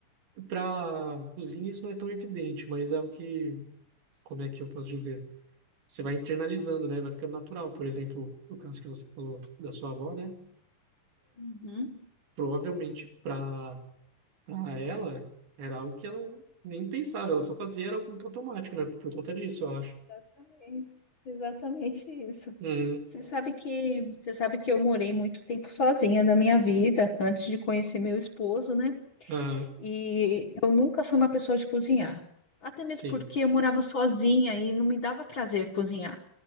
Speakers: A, on the right (about 80°); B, on the left (about 80°).
A: Para cozinha isso não é tão evidente, mas é o que, como é que eu posso dizer? Você vai internalizando, né? Vai ficando natural. Por exemplo, o caso que você falou da sua avó, né?
B: Uhum.
A: Provavelmente para para ela era algo que ela nem pensava, ela só fazia era algo muito automático, né? Por conta disso, eu acho.
B: Exatamente, exatamente isso.
A: Uhum,
B: Você sabe que, você sabe que eu morei muito tempo sozinha na minha vida, antes de conhecer meu esposo, né?
A: aham,
B: E eu nunca fui uma pessoa de cozinhar. Até mesmo
A: sim.
B: porque eu morava sozinha e não me dava prazer cozinhar,